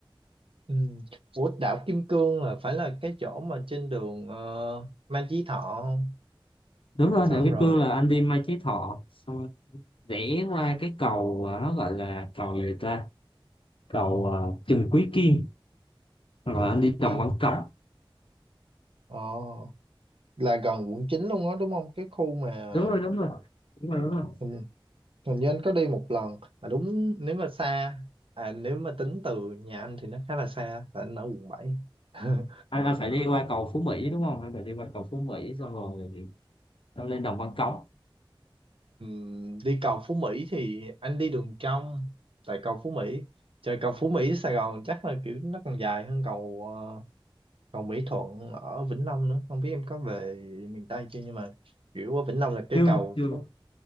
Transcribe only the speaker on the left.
đúng rồi
đảo Kim
Cương là
anh đi Mai Chí Thọ xong rồi rẽ qua cái cầu à, nó gọi là cầu gì ta cầu à, Trần Quý Kiên rồi
anh
đi Đồng
Văn Cống
đúng rồi đúng rồi đúng rồi đúng rồi
anh anh phải đi qua cầu Phú Mỹ đúng không anh phải đi qua cầu Phú Mỹ xong rồi xong lên Đồng Văn Cống
chưa
chưa